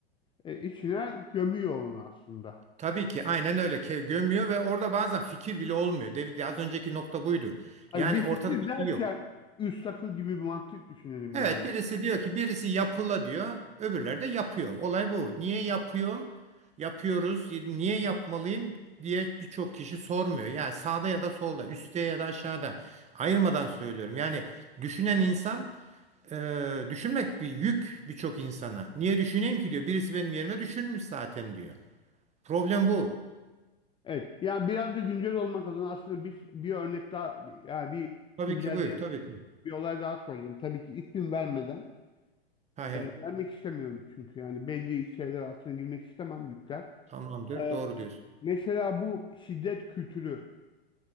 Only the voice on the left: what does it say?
e, içine gömüyor onu aslında.
Ay
bir
fikir
derken
üst akıl gibi bir mantık düşünelim
yani.
Evet. Yani biraz da güncel olmak adına aslında bir, bir örnek daha bir- yani bir
güncel
diye
bir olay daha soracağım. Tabii ki isim vermeden.
Ee, vermek istemiyorum çünkü yani belli şeyler altına girmek istemem yükler.
Ee,
mesela bu şiddet kültürü.